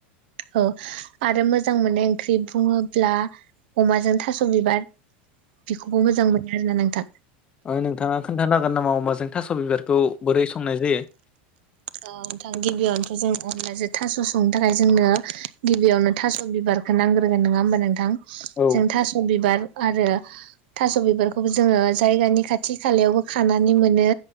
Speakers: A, on the right (about 65°); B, on the left (about 15°).
A: औ आरो मोजां मोननाय ओंख्रि बुङोब्ला अमाजों थास' बिबार। बेखौबो मोजां मोनो आरोना नों। था।
B: अय नोंथाङा खोन नो नागोन नामा अमाजों। थास' बिबारखौ बोरै संनाय जायो? <inaudible>
A: औ नोंथां गिबियावनोथ' जों अनलाजों थास' संनो थाखाय जोंनो गिबियावनो थास' बिबारखौ नांग्रोगोन नङा होमबा नोंथां?
B: औ
A: जों थास' बिबार आरो थास' बिबारखौबो जोङो जायगानि खाथि खालायावबो खानानै मोनो